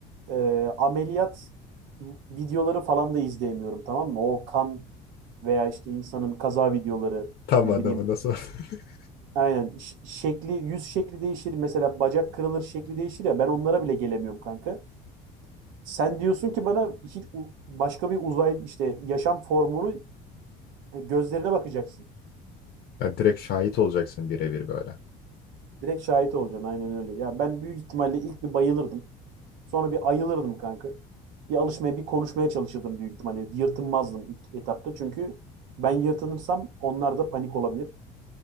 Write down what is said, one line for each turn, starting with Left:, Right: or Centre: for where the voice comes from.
Right: e, ameliyat videoları falan da izleyemiyorum tamam mı? O kan veya işte insanın kaza videoları
Left: Tam
Right: ne
Left: adamına
Right: bileyim.
Left: sor. <laughs>
Right: Aynen ş- şekli yüz şekli değişir mesela bacak kırılır şekli değişir ya ben onlara bile gelemiyorum kanka. Sen diyorsun ki bana hiç u- başka bir uzay işte yaşam formunu e, gözlerine bakacaksın.
Left: Ya direkt şahit olacaksın birebir böyle.
Right: Direkt şahit olacaksın aynen öyle. Ya ben büyük ihtimalle ilk bir bayılırdım. Sonra bir ayılırdım kanka. Bir alışmaya, bir konuşmaya çalışırdım büyük ihtimalle. Yırtınmazdım ilk etapta çünkü ben yırtınırsam onlar da panik olabilir.